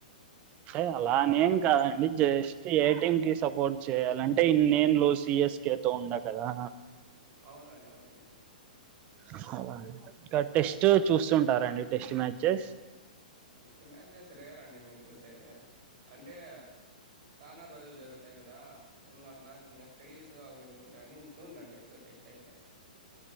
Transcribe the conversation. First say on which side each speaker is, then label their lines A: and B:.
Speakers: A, on the right; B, on the right.
A: అంటే అలా అనీ ఏం కాదు అండి జస్ట్ ఏ టీం కి సపోర్ట్ చేయాలంటే ఇనేడ్లు సిఎస్కే తో ఉండ కదా
B: అవునండి అవునండి
A: అ ఇంకా టెస్ట్ చూస్తుంటారండి టెస్ట్ మ్యాచెస్
B: టెస్ట్ మ్యాచెస్ రెరే అండీ నేను చూసేది అంటే చాలా రోజులు జరుగుతాయి కదా ఇంకా నాకు ఇంకా స్టడీస్ అవి ఉంటాయని చునండి టెస్ట్ అయితే